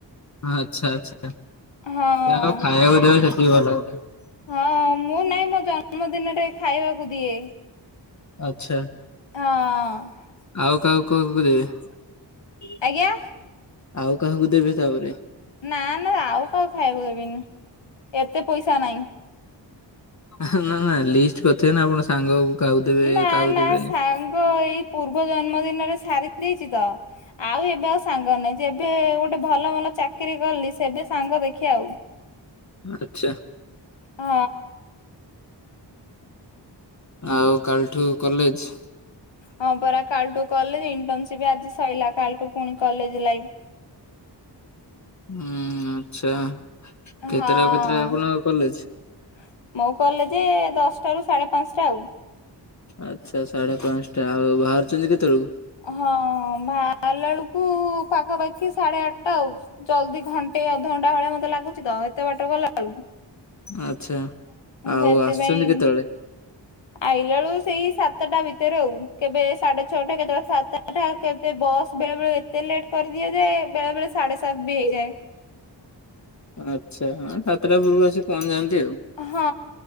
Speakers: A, on the left (about 40°); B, on the left (about 75°).
A: ଆଚ୍ଛା ଆଚ୍ଛା
B: ହଁ
A: ଯାହଉ ଖାଇବାକୁ ଦେବେ ସେତିିକି ଭଲ କଥା।
B: ହଁ ମୁ ନାଇଁ ମୋ ଜନ୍ମଦିନରେ ଖାଇବାକୁ ଦିଏ।
A: ଆଚ୍ଛା।
B: ଅଁ।
A: ଆଉ କାହାକୁ କଲ୍ କରିବେ?
B: ଆଜ୍ଞା।
A: ଆଉ କାହାକୁ ଦେବେ ତାପରେ?
B: ନା ନା ଆଉ କାହାକୁ ଖାଇବାକୁ ଦେବିନି ଏତେ ପଇସା ନାଇଁ।
A: ହେ ନା ନା ଲିଷ୍ଟ୍ କରିଥିବେ ନା ଆପଣ ସାଙ୍ଗକୁ କାହାକୁ ଦେବେ
B: ନା
A: କାହାକୁ
B: ନା
A: ଦେବେନି।
B: ସାଙ୍ଗ ଏଇ ପୂର୍ବ ଜନ୍ମଦିନରେ ସାରି ଦେଇଛି ତ? ଆଉ ଏବେ ଆଉ ସାଙ୍ଗ ନାଇଁ ଯେବେ ଗୋଟେ ଭଲ ଭଲ ଚାକିରି କଲି ସେବେ ସାଙ୍ଗ ଦେଖିଆ ଆଉ।
A: ଆଚ୍ଛା।
B: ହଁ।
A: ଆଉ କାଲ୍ ଠାରୁ କଲେଜ୍?
B: ହଁ ପରା କାଲଟୁ କଲେଜ ଇଣ୍ଟନସିପ ଆଜି ସଇଲା କାଲଟୁ ପୁଣି କଲେଜ ଲାଇଫ୍
A: ହୁଁ ଆଚ୍ଛା
B: ହଁ
A: କେତେଟାରୁ କେତେଟା ଆପଣଙ୍କ
B: ଅ।
A: କଲେଜ?
B: ମୋ କଲେଜେ ଦଶଟାରୁ ସାଢ଼େ ପାଞ୍ଚଟା ଆଉ
A: ଆଚ୍ଛା, ସାଢେ ପାଞ୍ଚଟା ଆଉ ବାହାରୁଚନ୍ତି କେତବେଳକୁ?
B: ହଁ ଭାଆରିଲାବେଳକୁ ପାଖାପାଖି ସାଢେ ଆଠଟା ଆଉ ଜଲଦି ଘନ୍ ଘଣ୍ଟେ ଅଧଘଣ୍ଟା ଭଳିଆ ମତେ ଲାଗୁଛି ତ ଏତେ ବାଟ ଗଲାବେଳକୁ।
A: ଆଚ୍ଛା।
B: ମୁଁ
A: ଆଉ
B: ସେଥିପାଇଁ।
A: ଆସୁଛନ୍ତି କେତେବେଳେ
B: ଆଇଲାବେଳୁ ସେଇ ସାତଟା ଭିତରେ ଆଉ କେବେ ସାଢେ ଛଅଟା କେତେବେଳେ ସାତଟା ସେଇଟା କେତେ ବସ୍ ବେଳେ ବେଳେ ଏତେ ଲେଟ୍ କରିଦିଏ ଯେ ବେଳେ ବେଳେ ସାଢେ ସାତ ବି ହେଇଯାଏ।
A: ଆଚ୍ଛା, ହଁ ସାତଟା ପୂର୍ବରୁ ଆସି ପହଞ୍ଚିଯାନ୍ତି ଆଉ।
B: ହଁ